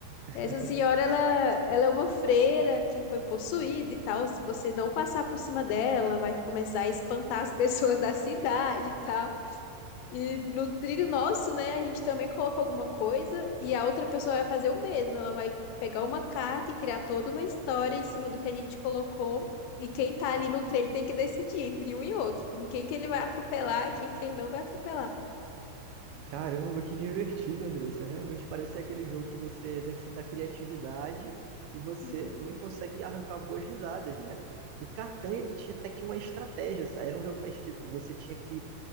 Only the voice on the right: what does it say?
<laughs>
Caramba, que divertido, Andressa. Realmente parece ser aquele jogo que você exercita a criatividade e você
também consegue arrancar boas risadas, né? O Catan, ele tinha até que uma estratégia, sabe? Era um jogo mais tipo, você tinha que